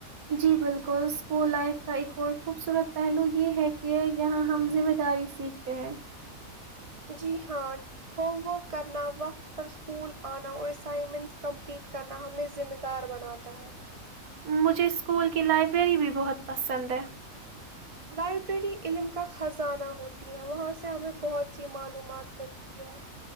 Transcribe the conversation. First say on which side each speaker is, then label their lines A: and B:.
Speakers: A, on the right; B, on the right.
A: جی بالکل اسکول لائف کا ایک اور خوبصورت پہلو یہ ہے کہ یہاں ہم ذمہ داری سیکھتے ہیں
B: جی ہاں ہوم ورک کرنا وقت پر اسکول آنا اور اسائنمنٹس کمپلیٹ کرنا ہمیں ذمہ دار بناتا ہے
A: مجھے اسکول کی لائبریری بھی بہت پسند ہے
B: لائبریری علم کا خزانہ ہوتی ہے وہاں سے ہمیں بہت سی معلومات ملتی ہے